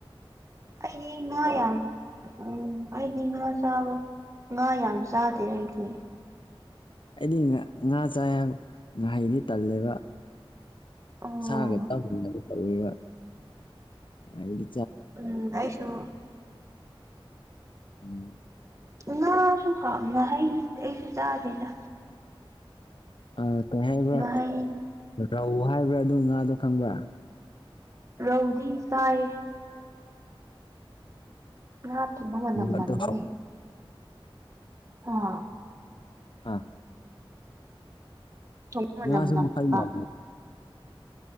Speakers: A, on the right (about 35°); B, on the left (about 60°).
A: ꯑꯩ ꯉ ꯌꯥꯝ ꯎꯝ ꯑꯩꯗꯤ ꯉꯥ ꯆꯥꯕ ꯉꯥ ꯌꯥꯝ ꯆꯥꯗꯦ ꯑꯩꯗꯤ
B: ꯑꯩꯗꯤ ꯉꯥ ꯆ ꯉꯥꯍꯩꯗꯤ ꯇꯜꯂꯦꯕ
A: ꯑꯣ
B: ꯁꯥꯒ ꯇꯝꯅꯕ ꯇꯋꯦꯕ ꯍꯥꯏꯗꯤ
A: ꯎꯝ ꯑꯁꯨꯣ
B: ꯎꯝ
A: ꯅꯁꯨ ꯍꯥꯥꯎ ꯍ ꯑꯩꯁꯨ ꯆꯥꯗꯦꯗ
B: ꯑ ꯀ ꯍꯥꯏꯕ꯭ꯔ
A: ꯉꯥꯍꯩ
B: ꯔꯧꯍ ꯍꯥꯏꯕ꯭ꯔꯥ ꯑꯗꯨ ꯉꯥꯗꯣ ꯈꯪꯕ꯭ꯔꯥ
A: ꯔꯧꯗꯤ ꯁꯥꯏ ꯑ ꯊꯨꯃ ꯃꯅꯥꯝ ꯅꯪꯅꯦ
B: ꯑꯗꯨ
A: ꯑ <unintelligible> <inaudible>
B: ꯍꯥꯥ <unintelligible> <inaudible>
A: ꯊꯣꯡꯕ ꯃꯅꯝ
B: ꯏꯁ
A: ꯅꯝꯕ
B: ꯃꯈꯜ ꯑ